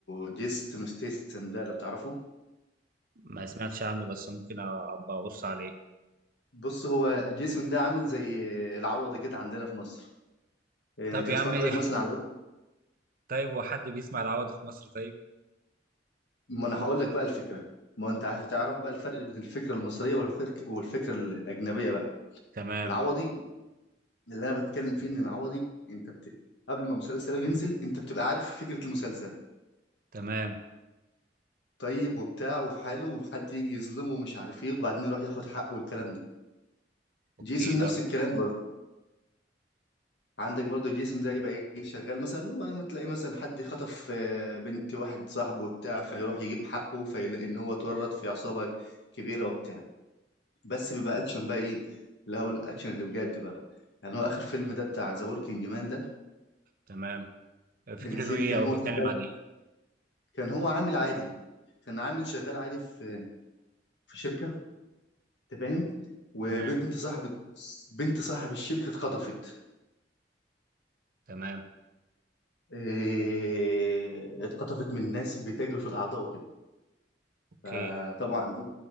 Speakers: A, on the left; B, on the right.
A: جيسون ستيسن ده لو تعرفه
B: ما سمعتش عنه بس ممكن ابقى ابص عليه
A: بص هو جيسون ده عامل زي العوض كده عندنا في مصر يعني
B: طب
A: تتفرج
B: يا عم <laughs>
A: مثلا على
B: طيب هو حد بيسمع العوض في مصر طيب
A: ما انا هقول لك بقى الفكره ما انت عارف تعرف بقى الفرق بين الفكره المصريه والفكره والفكره الاجنبيه بقى
B: تمام
A: العوضي اللي انا بتكلم فيه ان العوضي انت بت... قبل ما مسلسله ينزل انت بتبقى عارف فكره المسلسل
B: تمام
A: طيب وبتاع وفي حاله وحد يجي يظلمه ومش عارف ايه وبعدين يروح ياخد حقه والكلام ده
B: اوكي
A: جيسون
B: طب
A: نفس الكلام برضه عندك برضه جيسون ده يبقى ايه شغال مثلا وتلاقي مثلا حد خطف آه، بنت واحد صاحبه وبتاع فيروح يجيب حقه فيلاقي ان هو اتورط في عصابه كبيره وبتاع بس بيبقى اكشن بقى ايه اللي هو الاكشن اللي بجد بقى يعني هو اخر فيلم ده بتاع ذا وركينج مان ده
B: تمام فكرته
A: كان يا سيدي
B: ايه
A: كان
B: او
A: هو
B: بيتكلم
A: شغال
B: عن ايه
A: كان هو عامل عادي كان عامل شغال عادي في في شركة انت فاهم وبنت
B: تمام
A: صاحب بنت صاحب الشركة اتخطفت
B: تمام
A: إيه، اتخطفت من ناس بتجري في الأعضاء وكده
B: اوكي
A: فطبعا